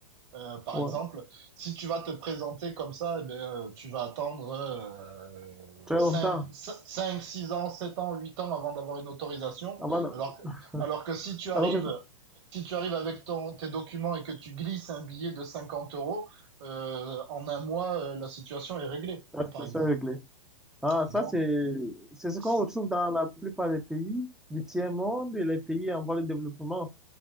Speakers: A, on the right; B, in the centre.
A: Euh, par
B: Ouais.
A: exemple, si tu vas te présenter comme ça, eh ben, euh, tu vas attendre euh,
B: Très
A: cinq,
B: longtemps.
A: 5, 6 ans, 7 ans, 8 ans avant d'avoir une autorisation.
B: Avant, de-
A: Alors que, alors que si tu arrives,
B: alors que
A: si tu arrives avec ton, tes documents et que tu glisses un billet de 50 euros, euh, en un mois, euh, la situation est réglée,
B: la situation
A: par exemple.
B: est réglée. Ah, ça,
A: Donc,
B: c'est, c'est ce
A: c'est-
B: qu'on retrouve dans la plupart des pays du tiers-monde et les pays en voie de développement.